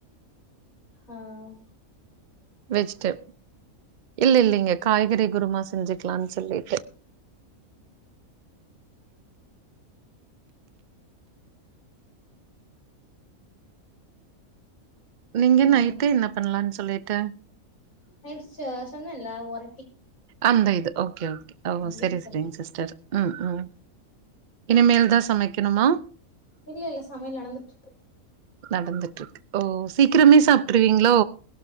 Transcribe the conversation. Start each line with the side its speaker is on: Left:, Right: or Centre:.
Left: ஆஹ்
Right: வெஜ்டேப் இல்ல இல்லைங்க காய்கறி குருமா செஞ்சுக்கலானு சொ சொல்லிட்டு நீங்க
Left: ம்
Right: நைட்டு என்ன பண்லானு சொல்லிட்டு
Left: நைட்டு ச சொன்னல்ல ஒர
Right: அந்த இது ஓகே ஓகே ஓ
Left: பீஃப்
Right: சரி
Left: கறி
Right: சரிங்க சிஸ்டர் உம் உம் இனிமேல் தா சமைக்கணுமா
Left: இல்ல இல்ல சமையல் நடந்துட்ருக்கு
Right: நடந்துட்ருக்கு ஓ சீக்கிரமே சாப்ட்டுருவீங்களோ?